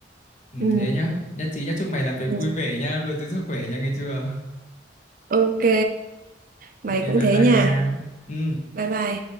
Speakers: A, on the left (about 45°); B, on the right (about 50°).
A: ừ,
B: Ừ.
A: thế nhá nhất trí nhá chúc mày làm việc
B: Ừ.
A: vui vẻ nha luôn giữ sức khỏe nha nghe chưa
B: Ok. Mày
A: ok
B: cũng
A: bye
B: thế
A: bye
B: nha.
A: nha ừ
B: Bye bye.